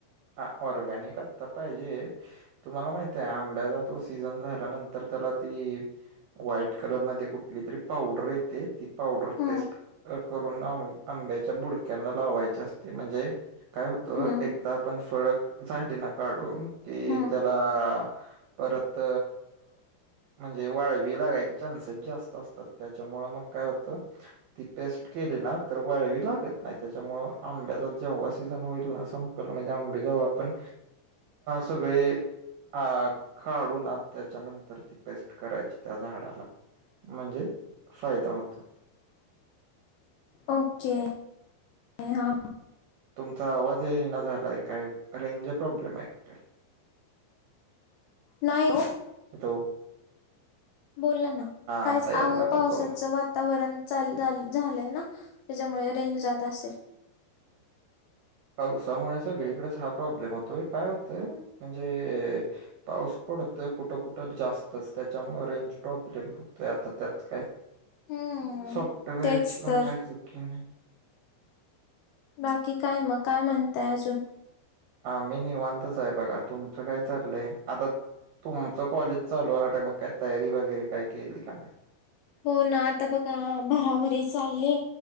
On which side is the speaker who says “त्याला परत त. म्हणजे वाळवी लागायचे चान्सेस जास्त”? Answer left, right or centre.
Right